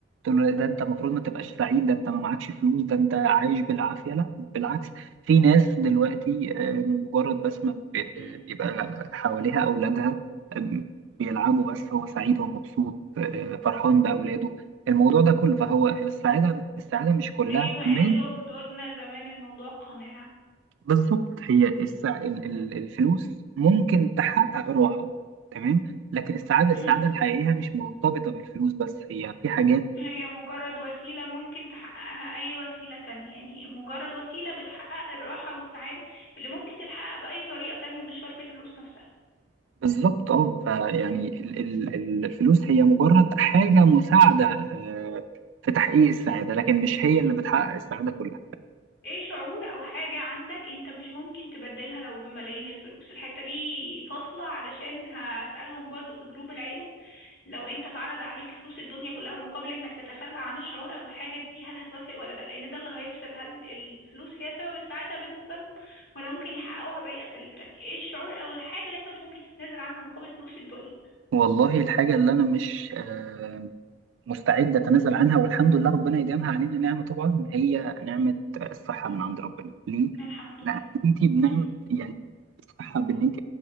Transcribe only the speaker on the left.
مم.
زي ما قالوا
جدودنا زمان الموضوع قناعة
مم.
هي مجرد وسيلة ممكن تحققها أي وسيلة تانية يعني مجرد وسيلة بتحقق الراحة والسعادة اللي ممكن تتحقق بأي طريقة تانية مش شرط الفلوس نفسها
ايه شعور أو حاجة عندك انت مش ممكن تبدلها لو بملايين الفلوس الحتة دي فاصلة علشان هسألهم برضو في جروب العيلة لو انت اتعرض عليك فلوس الدنيا كلها مقابل انك تتخلى عن الشعور او الحاجة دي هل هتوافق ولا لا لان ده اللي هيفصل هل الفلوس هي سبب السعادة بالنسبة لهم ولا ممكن يحققوها بأي اساليب تانية ايه الشعور او الحاجة اللي انت مش ممكن تتنازل عنها مقابل فلوس الدنيا
الحمد
لله
مهم.